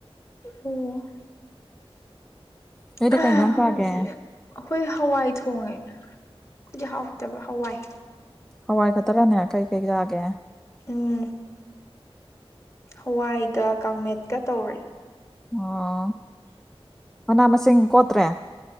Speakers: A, on the left; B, in the centre.
A: ꯑꯣ <unintelligible>
B: ꯅꯣꯏꯗꯤ
A: ꯑꯍ
B: ꯀꯩ ꯏꯟꯖꯥꯡ
A: ꯍꯧꯖꯤꯛ
B: ꯆꯥꯒꯦ
A: ꯑꯩꯈꯣꯏ ꯍꯋꯥꯏ ꯊꯣꯡꯉꯦ ꯈꯣꯏꯗꯤ ꯍꯥꯎꯇꯕ ꯍꯋꯥꯏ
B: ꯍꯋꯥꯏ ꯈꯛꯇꯔꯅꯦ ꯀꯩ ꯀꯩ ꯌꯥꯒꯦ <unintelligible>
A: ꯎꯝ ꯍꯋꯥꯏꯒ ꯀꯥꯡꯃꯦꯠꯀ ꯇꯧꯔꯦ
B: ꯑꯣ ꯃꯅꯥ ꯃꯁꯤꯡ ꯀꯣꯠꯇ꯭ꯔꯦ